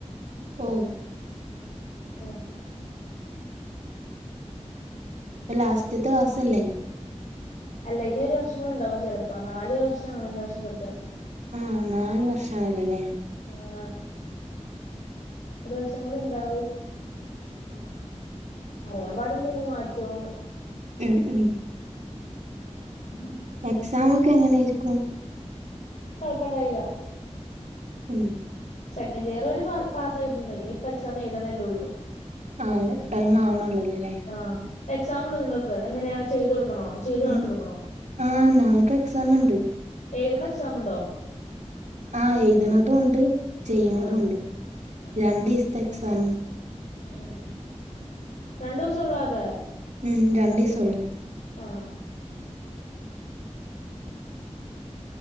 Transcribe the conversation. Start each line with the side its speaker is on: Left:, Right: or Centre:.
Right: ഓഹ്
Left: ആഹ്
Right: അപ്പ ലാസ്റ്റിത്തെ ക്ലാസല്ലേ
Left: അല്ല ഇനി ഒരു വർഷം കൂടി ഉണ്ടാവും ചിലപ്പോ നാല് വർഷമാണ് ഈ വർഷം തൊട്ട്
Right: ആഹ് നാല് വർഷമാണല്ലേ അല്ലേ
Left: ആഹ് ഒരു വർഷം കൂടി ഇണ്ടാവും
Right: ഓഹ്
Left: അറിയാൻ പാടില്ല ഇനി മാറ്റോന്ന്
Right: ഉം ഉം
Left: ഉം <inaudible>
Right: എക്സാം ഒക്കെ എങ്ങനാരിക്കും
Left: കൊഴപ്പണ്ടായില്ല
Right: ഉം
Left: സെക്കൻഡ് ഇയർ വരെ പാസായിട്ടുണ്ട് ഇനി ഇപ്പം എക്സാം എഴ്തണേള്ളൂ
Right: ആഹ് ടൈം ആവണോള്ളല്ലേ അല്ലേ
Left: ആഹ് എക്സാം ഉണ്ടോ നിങ്ങക്ക് എങ്ങനെയാ ചെയ്ത് കൊടുക്കണോ ചെയ്ത് കാണിച്ചു
Right: ഉം
Left: കൊടുക്കണോ
Right: ആഹ് ഞങ്ങക്ക് എക്സാം ഇണ്ട്
Left: എയ്തിണ എക്സാം ഉണ്ടോ
Right: ആഹ് എയ്തിണതും ഉണ്ട് ചെയ്യണതും
Left: ആഹ്
Right: ഉണ്ട്
Left: ഉം ഉം
Right: രണ്ട്സ്ത്തെ എക്സാം
Left: ഉം രണ്ടൂസള്ളോ ആകെ
Right: ഉം രണ്ടിസൊള്ളു
Left: ആഹ്